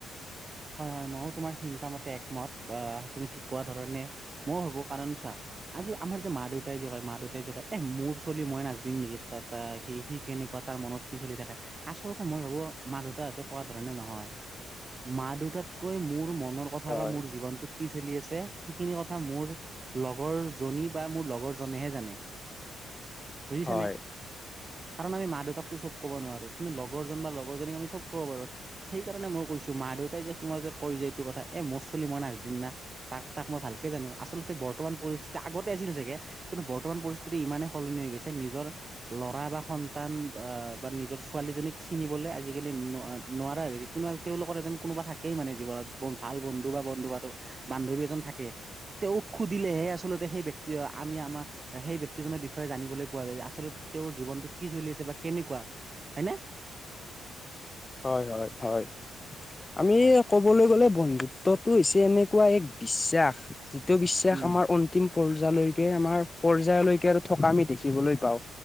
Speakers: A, on the right (about 30°); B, on the left (about 20°).
A: হয় হয় ময়ো তোমাৰ চিন্তা মতে একমত অ', তুমি ঠিক কোৱা ধৰণে, মইও ভাবোঁ। কাৰণ চোৱা, আজি আমাৰ যে মা দেউতাই যে কয় মা দেউতাই যে কয় এ মোৰ চলি মই নাজনিম নেকি? তা-তা সি কি-কেনেকুৱা, তাৰ মনত কি চলি থাকে। আচ আচলতে মই ভাবোঁ মা দেউতাহঁতে কোৱা ধৰণে নহয়। মা -দেউতাতকৈ মোৰ মনৰ কথা
B: হয়
A: বা মোৰ জীৱনতটোত কি চলি আছে দে এই খিনি কথা মোৰ লগৰ জনী বা মোৰ লগৰ জনেহে জানে। বুজিছানে?
B: হয়
A: কাৰণ আমি মা দেউতাকটো চব ক'ব নোৱাৰোঁ। কিন্তু লগৰজন বা লগৰজনীক আমি চব ক'ব পাৰোঁ। সেইকাৰণে মই কৈছোঁ মা দেউতাই যে তোমাৰ যে কয় যে এইটো কথা, এ মোৰ চলি মই নাজনিম না! তাক-তাক মই ভালকে জানো। আচলতে, বৰ্তমান পৰিস্থিতি, আগতে আছিল চাগে, কিন্তু বৰ্তমান পৰিস্থিতি ইমানে সলনি হৈ গৈছে, নিজৰ ল'ৰা বা সন্তান আ-বা নিজৰ ছোৱালীজনীক চিনিবলৈ আজিকালি ন-নোৱাৰা হৈ গৈছে <unintelligible> তেওঁলোকৰ এজন কোনোবা থাকেই মানে জীৱনত। বহুত ভাল বন্ধু বা বন্ধু আৰু বান্ধৱী এজন থাকেই। তেওঁক সুধিলেহে আচলতে, সেই ব্যক্তি আমি আমাৰ সেই ব্যক্তিজনৰ বিষয়ে জানিবলৈ পোৱা যায়। আচলতে তেওঁৰ জীৱনটোত কি চলি আছে বা কেনেকুৱা হয়নে? <inaudible>
B: হয় হয় হয়। আমি
A: হয়
B: কবলৈ গ'লে বন্ধু টো হৈছে এনেকুৱা এক বিশ্বাস যিটো বিশ্বাস
A: উম
B: আমাৰ অন্তিম পৰ্যায়লৈকে আমাৰ পৰ্যায়লৈকে আৰু থকা আমি দেখিবলৈ পাওঁ।